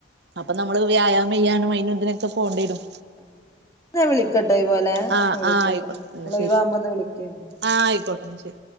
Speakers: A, on the right; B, on the left.
A: അപ്പൊ നമ്മള് വ്യായാമം ചെയ്യാനും അയിനും ഇതിനൊക്കെ പോകേണ്ടി വരും
B: ആഹ് ഞാൻ വിളിക്കട്ടൊ
A: അതെ
B: ഈ പോലെ
A: ആഹ്
B: വിളിക്കട്ടൊ
A: ആഹ് ആയിക്കോട്ടെ
B: നിങ്ങള്
A: എന്നാ ശരി
B: ഒഴിവാകുമ്പോ ഒന്ന് വിളിക്ക്
A: ആഹ് ആയിക്കോട്ടെ ശരി